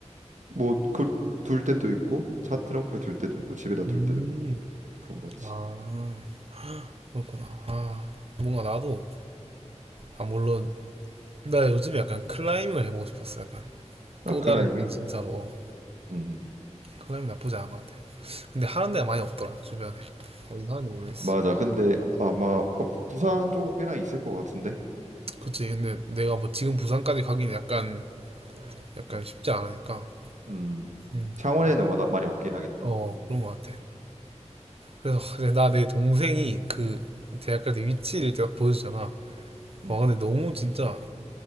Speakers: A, on the right; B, on the right.
A: 뭐그둘 때도 있고 차 트렁크에 둘 때도 있고 집에다 둘
B: 음,
A: 때도 있고 그런 거지.
B: 아, 그렇구나. 아, 뭔가 나도, 아, 물론, 나 요즘에 약간 클라이밍을 해보고 싶었어. 약간
A: 아
B: 또
A: 클라이밍?
B: 다른 관심사로. 어,
A: 음 음.
B: 클라이밍 나쁘지 않은 것 같아. 근데 하는 데가 많이 없더라, 주변에. 어디 하는지 모르겠어.
A: 맞아. 근데 아마 어, 부산 쪽은 꽤나 있을 것 같은데.
B: 그치 근데 내가 뭐 지금 부산까지 가긴 약간 약간
A: 음,
B: 쉽지 않으니까
A: 음.
B: 음.
A: 창원에는 워낙 많이 없긴 하겠다.
B: 어 그런 것 같아 그래서 나 내 동생이 그 대학 갈때 위치를 딱 보여주잖아
A: 음,
B: 와 근데 너무 진짜